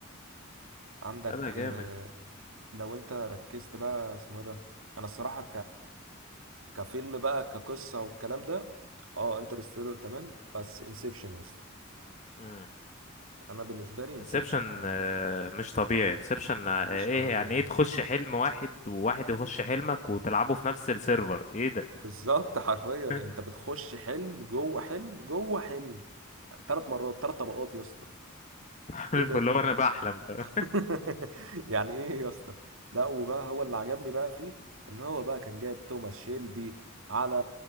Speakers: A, on the right; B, on the left.
A: عندك
B: لا لا جامد
A: آه، لو انت ركزت بقى اسمه إيه ده انا الصراحه كفيلم بقى كقصة والكلام ده اه انترستيلر تمام بس انسبشن يا اسطى
B: امم
A: انا بالنسبة لي انسبشن
B: انسبشن
A: يعني
B: مش طبيعي انسبشن ايه
A: مش طبيعي
B: يعني ايه تخش حلم واحد وواحد يخش حلمك وتلعبه في نفس السيرفر ايه ده
A: بالظبط حرفيا
B: <laughs>
A: انت بتخش حلم جوه حلم جوه حلم يعني ثلاث مرات ثلاث طبقات يا اسطى
B: عارف
A: ايه ده
B: اللي هو انا بحلم فاهم؟
A: <laughs> يعني ايه يا اسطى لا وبقى هو اللي عجبني بقى فيه ان هو بقى كان جايب توماس شيلبي على